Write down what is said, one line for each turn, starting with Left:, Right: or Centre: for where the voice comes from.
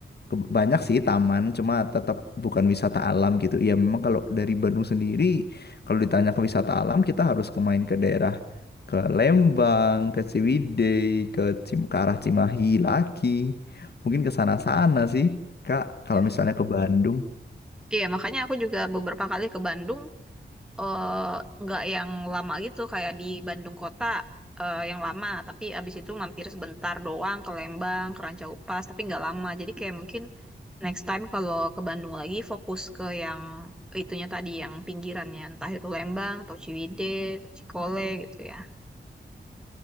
Left: ke- banyak sih taman cuma tetap bukan wisata alam gitu. Ya memang kalau dari Bandung sendiri kalau ditanya ke wisata alam kita harus ke main ke daerah ke Lembang, ke Ciwidey, ke Cim ke arah Cimahi lagi. Mungkin ke sana-sana sih, Kak.
Centre: Iya.
Left: Kalau misalnya ke Bandung,
Centre: Iya, makanya aku juga beberapa kali ke Bandung, eh, nggak yang lama gitu kayak di Bandung kota eh, yang lama tapi abis itu mampir sebentar doang ke Lembang ke Ranca Upas tapi nggak lama jadi kayak mungkin next time kalau ke Bandung lagi fokus ke yang itunya tadi yang pinggirannya entah itu Lembang atau Ciwidey atau Cikole gitu ya